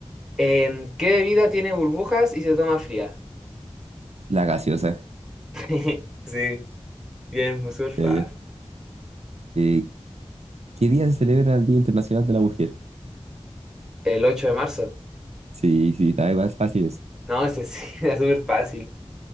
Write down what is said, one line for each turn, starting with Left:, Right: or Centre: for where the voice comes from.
Centre: Em, ¿qué bebida tiene burbujas y se toma fría?
Right: La gaseosa,
Centre: <laughs> Sí, bien, muy súper fácil.
Right: ya, ya. Eh, ¿qué día se celebra el Día Internacional de la Mujer?
Centre: El ocho de marzo.
Right: Sí, sí, está igual, es fácil eso.
Centre: No, ese sí, <laughs> era súper fácil.